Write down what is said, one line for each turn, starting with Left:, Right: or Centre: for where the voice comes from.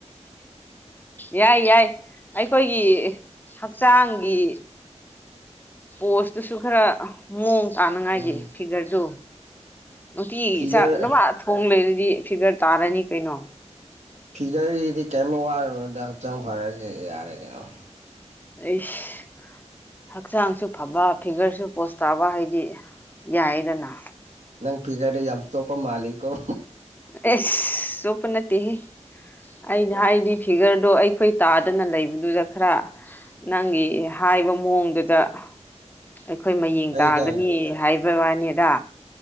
Left: ꯌꯥꯏ ꯌꯥꯏ ꯑꯩꯈꯣꯏꯒꯤ ꯍꯛꯆꯥꯡꯒꯤ ꯄꯣꯁꯇꯨꯁꯨ ꯈꯔ ꯃꯑꯣꯡ ꯇꯥꯅꯉꯥꯏꯒꯤ
Right: ꯎꯝ
Left: ꯐꯤꯒꯔꯗꯨ ꯅꯨꯡꯇꯤꯒꯤ
Right: ꯐꯤꯒꯔ
Left: ꯆꯥꯛ ꯑꯗꯨꯃ ꯊꯣꯡ ꯂꯩꯔꯗꯤ ꯐꯤꯒꯔ ꯇꯥꯔꯅꯤ ꯀꯩꯅꯣ
Right: ꯐꯤꯒꯔꯒꯤꯗꯤ ꯀꯔꯤꯝ ꯋꯥꯔꫭꯔꯅꯨꯗ ꯍꯛꯆꯥꯡ ꯐꯔꯗꯤ ꯌꯥꯔꯦ ꯀꯩꯅꯣ
Left: ꯑꯩꯁ ꯍꯛꯆꯥꯡꯁꯨ ꯐꯕ ꯐꯤꯒꯔꯁꯨ ꯄꯣꯁ ꯇꯥꯕ ꯍꯥꯏꯗꯤ ꯌꯥꯏꯗꯅꯥ
Right: ꯅꯪ ꯐꯤꯒꯔꯗ ꯌꯥꯝ ꯆꯣꯞꯄ ꯃꯥꯟꯂꯤꯀꫭ
Left: ꯑꯦꯁ ꯆꯣꯄ ꯅꯠꯇꯦꯍ‌ꯦ ꯑꯩꯅ ꯍꯥꯏꯗꯤ ꯐꯤꯒꯔꯗꯣ ꯑꯩꯈꯣꯏ ꯇꯥꯗꯅ ꯂꯩꯕꯗꯨꯗ ꯈꯔ ꯅꯪꯒꯤ ꯍꯥꯏꯕ ꯃꯑꯣꯡꯗꯨꯗ ꯑꯩꯈꯣꯏ ꯃꯌꯦꯡ
Right: ꯑꯩꯗ
Left: ꯇꯥꯒꯅꯤ ꯍꯥꯏꯕ ꯋꯥꯅꯤꯗ